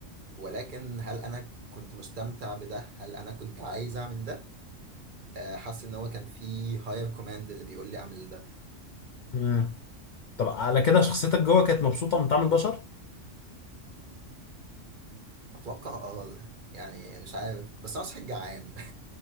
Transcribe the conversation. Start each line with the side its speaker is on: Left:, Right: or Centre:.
Right: ولكن هل انا كنت مستمتع بده هل انا كنت عايز اعمل ده آه، حاسس ان هو كان في هاير كوماند اللي بيقول لي اعمل ده
Left: مم. طب على كده شخصيتك جوه كانت مبسوطة من طعم البشر؟
Right: اتوقع اه يعني مش عارف بس انا صحيح جعان <laughs>